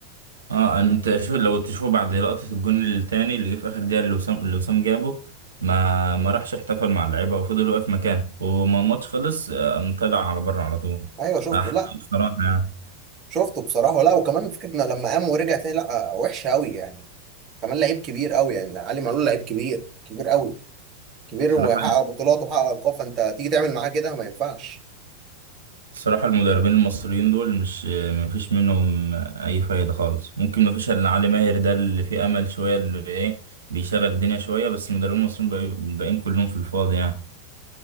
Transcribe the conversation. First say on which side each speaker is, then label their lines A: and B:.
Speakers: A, on the right (about 70°); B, on the right (about 30°).
A: اه انت شو لو تشوف بعد لقطة الجون التاني اللي جه في اخر دقيقة اللي وسام اللي وسام جابه ما ما راحش احتفل مع اللعيبة وفضل واقف مكانه وما الماتش خلص آه، قام طلع على بره على طول
B: ايوه شفته
A: آه، حق
B: لا
A: بصراحة يعني
B: شفته بصراحه لا وكمان فكره انه لما قام ورجع تاني لا وحشه قوي يعني كمان لعيب كبير قوي يعني علي معلول لعيب كبير كبير قوي كبير
A: بصراحة
B: ويحقق بطولات وحقق القاب فانت تيجي تعمل معاه كده ما ينفعش
A: بصراحة المدربين المصريين دول مش ما فيش منهم أي فايدة خالص ممكن ما فيش إلا علي ماهر ده اللي فيه أمل شوية اللي إيه بيشغل الدنيا شوية بس المدربين المصريين بقى- الباقيين كلهم في الفاضي يعني